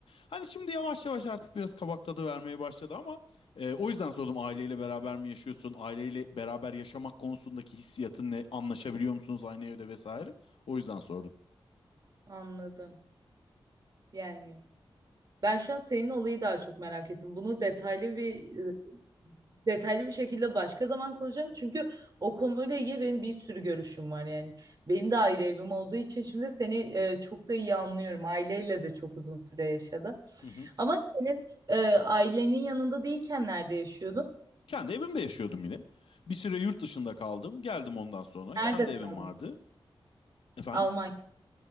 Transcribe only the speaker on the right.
Anladım. Gelmiyor. Ben şu an senin olayı daha çok merak ettim. Bunu detaylı bir e, detaylı bir şekilde başka zaman konuşacağım. Çünkü o konuyla ilgili benim bir sürü görüşüm var yani. Benim de ayrı evim olduğu için şimdi seni e, çok da iyi anlıyorum. Aileyle de çok uzun süre yaşadım.
Ama senin e, ailenin yanında değilken nerede yaşıyordun?
Nerede
kaldın?
Almanya.